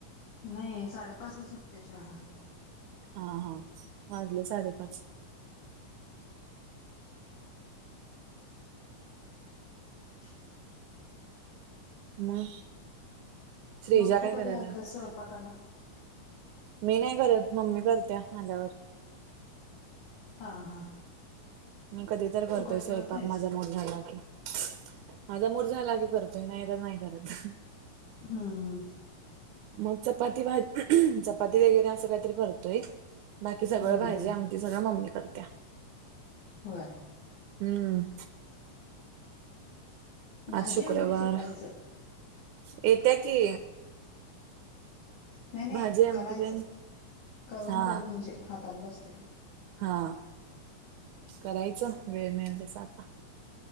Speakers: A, on the left; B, on the right.
A: नाय साडेपाच ला सुटते शाळा.
B: हा हा वाजले साडे पाच.
A: <inaudible>
B: म श्रीजा
A: मग तू
B: काय
A: कधी
B: करायला?
A: घालतेस स्वयंपाकाला
B: मी नाही करत मम्मी करत्या आल्यावर.
A: हा हा.
B: मी कधी तर करतोय
A: तू काय करत
B: स्वयंपाक
A: नाहीस
B: माझा मुड झाला की. माझा मूड झाला की करतोय नाही तर नाही करत.
A: हा.
B: मग चपाती भात चपाती वगेरे असं काहीतरी करतोय. बाकी सगळं
A: हम्म
B: भाजी
A: हम्म
B: आमटी सगळं मम्मी करत्या.
A: होय.
B: हम्म.
A: भाजी
B: आज शुक्रवार
A: आमटी शिकायचं
B: येत्या की.
A: नाही नाही
B: भाजी
A: करायचं
B: आमटी तेन
A: करून
B: हा
A: करून म्हणजे हात तात बसते.
B: हा करायचं वेळ मिळेल जसं आता.